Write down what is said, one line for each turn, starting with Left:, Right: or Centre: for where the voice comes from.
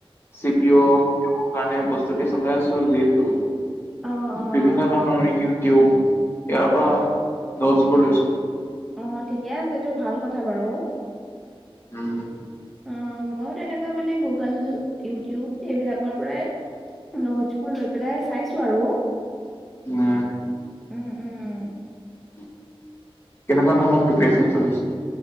Left: C P অ কাৰণে প্ৰস্তুতি চলাই আছো যিহেতু
Centre: অ', অ',
Left: বিভিন্ন ধৰণৰ টিউব ইয়াৰ পৰা দহ জোপা লৈছো
Centre: অ ঠিকে আছে এইটো ভাল কথা বাৰু
Left: উম
Centre: অ মইও তেনেকৈ মানে গুগল ইউটিউব এইবিলাকৰ পৰাই নোটছ বোৰ লৈ পেলাই চাইছো আৰু
Left: উম
Centre: উম উম
Left: কেনেকুৱা ধৰণৰ প্ৰিপেৰেচন চলিছে